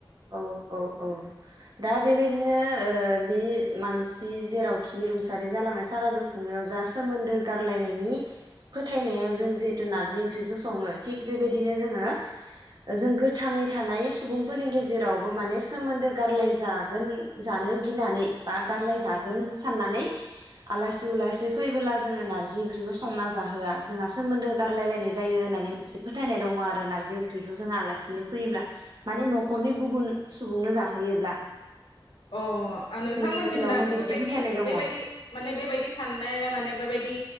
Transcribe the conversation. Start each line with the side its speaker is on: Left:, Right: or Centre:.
Right: औ औ औ दा बेबायदिनो ओ बे मानसि जेरावखि रुंसारि जालांनाय सारादु खुंनायाव जा सोमोन्दो गारलायनायनि फोथायनायाव जों जिहेतु नारजि ओंख्रिखौ सङो थिग बेबायदिनो जोङो जों गोथाङै थानाय सुबुंफोरनि गेज जेरावबो माने सोमोन्दो गारलाय जागोन जानो गिनानै बा गारलाय जागोन साननानै आलासि उलासि फैबोब्ला जोङो नार्जि ओंख्रिखौ संना जाहोआ जोंहा सोमोन्दो गारलायलायनाय जायो होननानै मोनसे फोथायनाय दङ आरो नारजि ओंख्रिखौ जोंहा आलासिनो फैयोब्ला माने नख न'खरनि गुबुन सुबुंनो जाहोयोब्ला
Left: अ ओ नोंथांमोनजों
Right: जोंनि ओनसोलावहाय
Left: दाबो
Right: बिब्दि
Left: बेबायदि
Right: फोथायनाय दङ
Left: बेबायदि माने बेबायदि साननाया माने बेबायदि